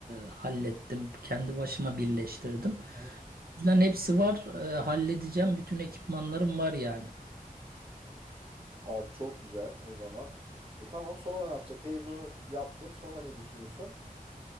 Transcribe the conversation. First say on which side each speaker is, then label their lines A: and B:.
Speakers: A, on the right (about 80°); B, on the right (about 40°).
A: hallettim. Kendi başıma birleştirdim.
B: Hı hı.
A: Yüzden hepsi var. E, halledeceğim. Bütün ekipmanlarım var yani.
B: Abi çok güzel o zaman. E tamam sonra ne yapacak? Televizyonu yaptın sonra ne düşünüyorsun?